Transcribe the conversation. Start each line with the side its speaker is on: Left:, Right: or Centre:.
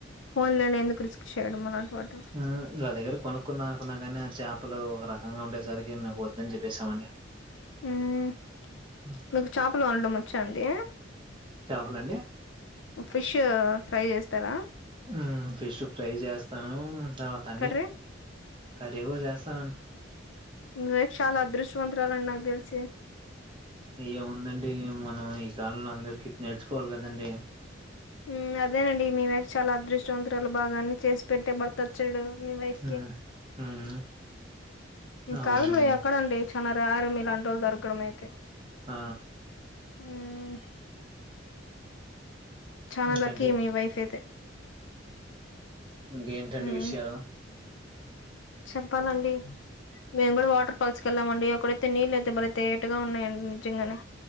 Left: ఫోన్లోనే ఎందుకు రిస్క్ చేయడం అలాంటి వాటి
Right: హ్మ్ వల దగ్గర కొనుకున్నామకున్న కానీ ఆ చాప్ ఒక రకంగా ఉండేసరికి మకు వద్దని చెప్పేసామండి
Left: మ్మ్
Right: ఉమ్
Left: మీకు చాపలు వండడం వచ్చ అండి
Right: చాపలండి
Left: ఫిష్ ఫ్రై చేస్తారా
Right: మ్మ్ ఫిష్ ఫ్రై చేస్తానూ త తన్ని
Left: కర్రీ
Right: కర్రి కూడా జెస్తానండి
Left: మీ వైఫ్ చాలా అదృష్టవంతురాలండి నాకు తెలిసి
Right: ఏముందండి మనం ఈ కాలంలో అందరికి నేర్చుకోవలి కదండి
Left: మ్మ్ అద్ అదేనండి మీ వైఫ్ చాల అదృష్టవన్త్ వంటలు భాగా అన్ని చేసి పెట్టే భర్తొచ్చాడు మీ వైఫ్కిి
Right: మ్మ్ మ్మ్
Left: ఇంకాాలముడి
Right: అవునండి
Left: అక్కడ అండి చా రారు ఇలా అంటి వాళ్ళు దొరకడం అయితే
Right: ఆ
Left: మ్మ్ చనా
Right: ఇంకంటే
Left: లక్కీ మీ వైఫ్ అయితే
Right: ఇంకేంటండి
Left: ఉమ్
Right: విషయాలు
Left: చెప్పాలండి మేము కూడా వాటర్ ఫాల్స్క్ వెళ్ళాం అండి అక్కడైతే నీళ్ళు <unintelligible> ఇ బల తేటగా ఉన్నాయండి నిజంగానే